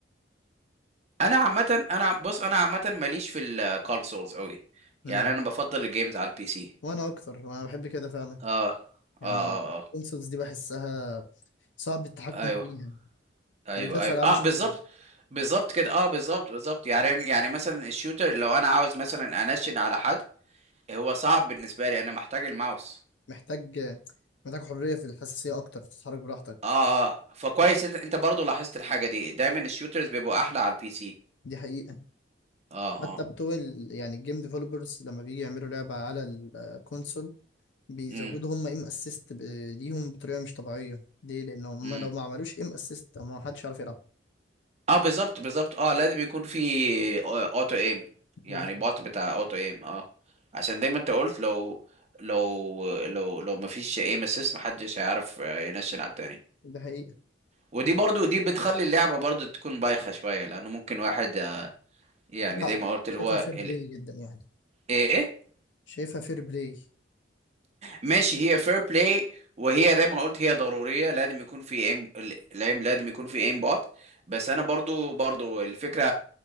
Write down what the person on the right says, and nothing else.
انا عامه انا بص انا عامه ماليش في الكونسولز قوي
يعني انا بفضل الجيمز على البي سي
اه
اه اه اه
ايوه
ايوه
ايوه
اه
بالظبط بالظبط كده اه بالظبط بالظبط يعني يعني مثلا الشوتر لو انا عاوز مثلا انشن على حد هو صعب بالنسبه لي انا محتاج الماوس
اه اه فكويس انت انت برضه لاحظت الحاجه دي دايما الشوترز بيبقوا احلى على البي سي
اه
اه
امم
امم
اه بالظبط بالظبط اه لازم يكون في اوتو ايم يعني
بوت بتاع اوتو ايم اه عشان زي ما انت قلت لو لو لو لو مفيش ايم اسيست محدش هيعرف آه، ينشن على التاني
ودي برضو دي بتخلي اللعبة برضو تكون بايخة شوية لأنه ممكن واحد آه، يعني
زي ما قلت اللي
هو
ال...
إيه
ماشي هي فير بلاي وهي زي ما قلت هي ضرورية لازم يكون في ايم الايم لازم يكون في ايم بوت بس أنا برضو برضو الفكرة